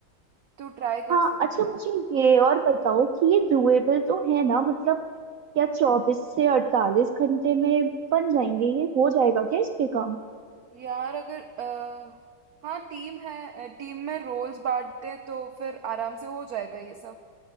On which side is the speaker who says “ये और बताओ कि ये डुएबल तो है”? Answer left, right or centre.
Right